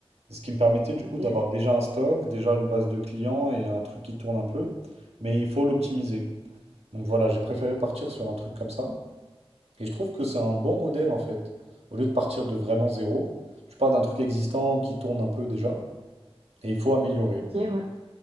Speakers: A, on the right; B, on the right.
A: Ce qui me permettait du
B: Ok,
A: coup d'avoir déjà un stock, déjà une base de clients et un truc qui tourne un peu, mais il faut l'optimiser. Donc voilà, j'ai préféré partir sur un truc comme ça. Et je trouve que c'est un bon modèle en fait. Au lieu de partir de vraiment zéro, tu pars d'un truc existant qui tourne un peu déjà et il faut améliorer.
B: ok, ouais.